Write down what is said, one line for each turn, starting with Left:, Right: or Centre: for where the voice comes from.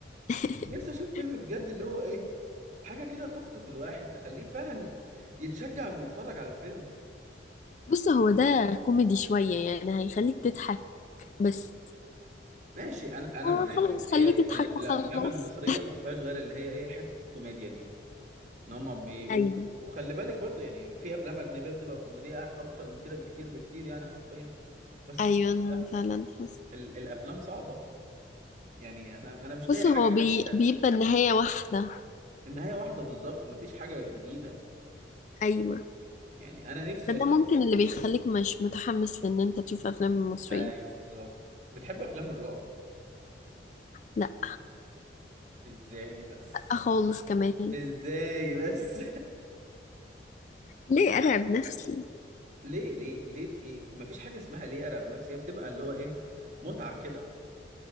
Left: <laughs>
Right: <laughs> نفسي اشوف فيلم بجد اللي هو ايه حاجه كده تخطف الواحد تخليه فعلا ي- يتشجع انه يتفرج على الفيلم
Left: بص هو ده كوميدي شويه يعني هيخليك تضحك بس
Right: ماشي انا انا
Left: آه
Right: معاكي
Left: خلاص
Right: هي
Left: خليك
Right: ال-
Left: تضحك وخلاص
Right: الافلام المصريه ما فيهاش غير اللي هي ايه حته الكوميديا دي ان هم بيقوا
Left: <laughs> ايوه
Right: وخلي بالك برضو يعني في افلام اجنبيه بتبقى كوميديه اكتر من كده بكتير بكتير يعني حرفيا بس
Left: ايوه
Right: في...
Left: انا
Right: لا
Left: فعلا حاسه
Right: ال... الافلام صعبه يعني انا انا مش
Left: بص
Right: لاقي حاجه
Left: هو بي...
Right: جديده
Left: بيبقى النهايه واحده
Right: النهايه واحده بالظبط ما فيش حاجه جديده
Left: ايوه
Right: يعني انا نفسي
Left: فده
Right: أش...
Left: ممكن اللي بيخليك مش متحمس لان انت تشوف افلام مصريه
Right: ايوه بالظبط بتحب افلام الرعب
Left: لا
Right: ازاي بس
Left: خالص كمان
Right: ازاي بس
Left: ليه أرعب نفسي
Right: ليه ليه ليه ايه مفيش حاجه اسمها ليه ارعب نفسي هي بتبقى اللي هو ايه متعه كده